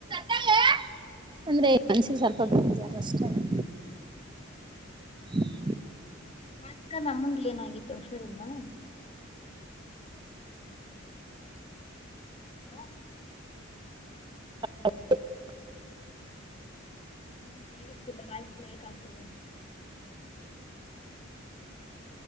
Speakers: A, on the right; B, on the left.
A: <unintelligible> ಅಂದ್ರೆ ಮನ್ಸಿಗೆ ಸ್ವಲ್ಪ ಬೇಜಾರ ಅಷ್ಟೇನೇ
B: <inaudible>
A: <inaudible>
B: <unintelligible> ನಮ್ಏನಾಗೈತಿ ಹುಷಾರಿಲ್ಲಾ ಹಲೋ
A: <unintelligible>
B: ನಂಗ್ ಕೇಳಿಸ್ತಿಲ್ಲ ವಾಯ್ಸ ಬ್ರೇಕ್ ಆಗ್ತಿದೆ.